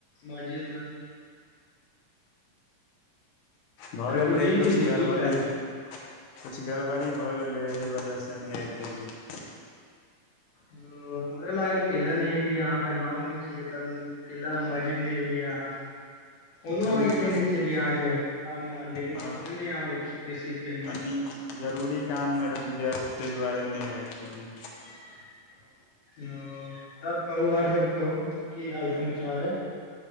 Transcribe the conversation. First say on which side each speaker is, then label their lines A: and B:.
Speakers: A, on the left; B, on the left.
A: मस्जिद मऽ
B: भऽ
A: कतहु
B: गेल रहै कुछ
A: छलियै
B: गड़बड़ी
A: की काल्हि
B: कुछ गड़बड़ी भऽ गेल रहै ओहि वजहसँ नय आइब पेलियै
A: ओ हमरा लागल कैय लऽ नय एलियै अहाँ तऽ गाँव मे छियै तऽ कैय लऽ महजिद नय एलियै अहाँ फोनो
B: कनि
A: अहाँकेँ
B: जल
A: केयने छलियै अहाँकेँ शाम मऽ लेकिन
B: हँ
A: फोने नय अहाँ रिसीव केनु
B: कनि जरूरी काममे रहौ व्यस्त तैय दुआरे नय आइब पेलै
A: <inaudible> ओ तब कहू आओर सब कहू की हाल समाचार अय